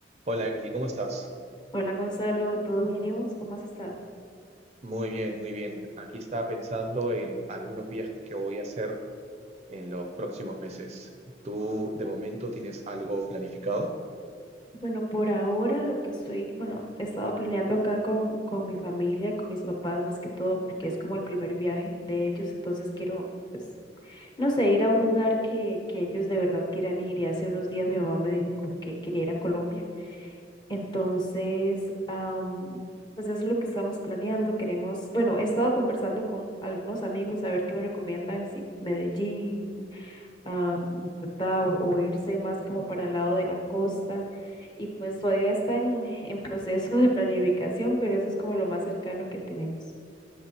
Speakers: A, on the right; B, on the left.
A: Hola Emily, ¿cómo estás?
B: Hola Gonzalo, ¿todo bien y vos? ¿Cómo has estado?
A: Muy bien, muy bien. Aquí estaba pensando en algunos viajes que voy a hacer en los próximos meses. ¿Tú de momento tienes algo planificado?
B: Bueno, por ahora lo que estoy, bueno, he estado planeando acá con, con mi familia, con mis papás más que todo, porque es como el primer viaje de ellos, entonces quiero, pues, no sé, ir a un lugar que, que ellos de verdad quieran ir. Y hace unos días mi mamá me dijo como que quería ir a Colombia. Entonces, am, pues eso es lo que estamos planeando. Queremos, bueno, he estado conversando con algunos amigos a ver qué me recomiendan, si Medellín. ah, ¿verdad? O, o irse más como para el lado de la costa. Y pues todavía están en proceso de planificación, pero eso es como lo más cercano que tenemos.